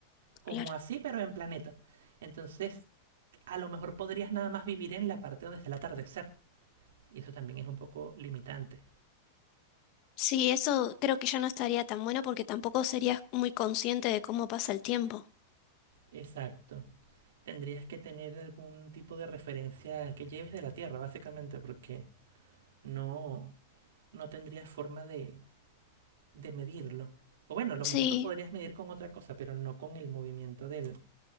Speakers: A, on the right (about 80°); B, on the left (about 35°).
A: Como
B: Claro.
A: así, pero en planeta. Entonces, a lo mejor podrías nada más vivir en la parte donde está el atardecer. Y eso también es un poco limitante.
B: Sí, eso creo que ya no estaría tan bueno porque tampoco serías muy consciente de cómo pasa el tiempo.
A: Exacto. Tendrías que tener algún tipo de referencia que lleves de la Tierra, básicamente, porque no, no tendrías forma de, de medirlo. O bueno, a lo
B: Sí,
A: mejor lo podrías medir con otra cosa, pero no con el movimiento del,